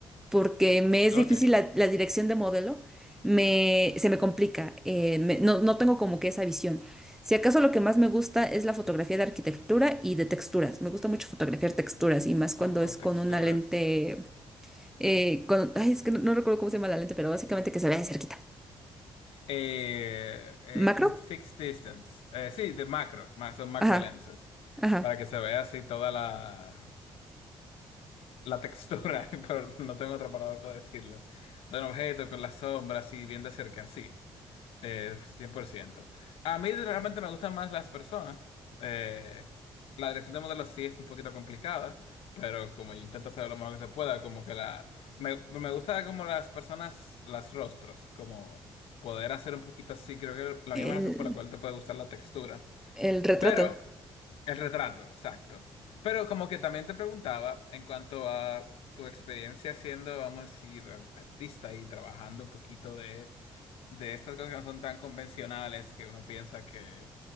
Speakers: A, in the centre; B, on the left.
A: porque me es
B: ok.
A: difícil la, la dirección de modelo, me, se me complica, eh, me- no, no tengo como que esa visión. Si acaso lo que más me gusta es la fotografía de arquitectura y de texturas. Me gusta mucho fotografiar texturas y más cuando
B: Oh,
A: es
B: texturas.
A: con una lente, eh, con, ay, es que no, no recuerdo cómo se llama la lente, pero básicamente que se vea de cerquita.
B: Eh, es
A: ¿Macro?
B: un fixed distance. Eh, sí, de macro, más son macro
A: Ajá,
B: lenses.
A: ajá.
B: Para que se vea así toda la, la textura, <laughs> pero no tengo otra palabra para decirlo. De un objeto con las sombras así bien de cerca, sí. Eh, cien por ciento A mí realmente me gustan más las personas. Eh, la dirección de modelos sí es un poquito complicada, pero como yo intento hacer lo mejor que se pueda, como que la... Me, me gusta como las personas, las rostros, como poder hacer un poquito así, creo que la
A: El,
B: misma razón por la cual te puede gustar la textura.
A: el retrato.
B: Pero el retrato, exacto. Pero como que también te preguntaba en cuanto a tu experiencia siendo, vamos a decir, ar- artista y trabajando un poquito de, de estas cosas que no son tan convencionales, que uno piensa que